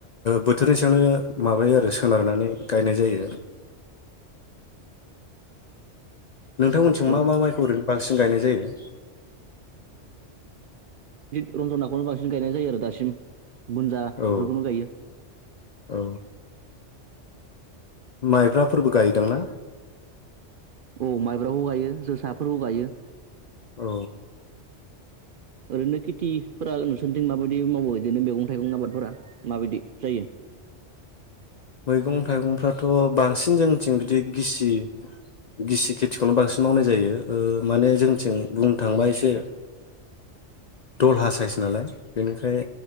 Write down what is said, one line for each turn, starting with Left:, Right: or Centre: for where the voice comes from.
Left: बोथोरनि सायावनो माबायो आरो सोनारनानै गायनाय जायो नोंथांमोननिथिं
Right: औ
Left: मा मा माइखौ ओरैनो बांसिन गायनाय जायो
Right: रनजनाखौनो बांसिन गायनाय जायो आरो दासिम बुनजा
Left: औ
Right: बेफोरखौनो गायो
Left: औ माइब्राफोरबो गायदोंना
Right: औ माइब्राखौ गायो जोसा फोरबो गायो
Left: औ
Right: ओरैनो खेथिफोरा नोंसोरनिथिं माबायदि मावो बिदिनो मैगं थाइगं आबादफोरा माबायदि जायो
Left: मैगं थाइगंफ्राथ' बांसिन जोंथिं बिदि गिसि गिसि खेथिखौनो बांसिन मावनाय जायो ओ माने जोंथिं बुंनो थांबा एसे दलहा साइस नालाय बेनिफ्राय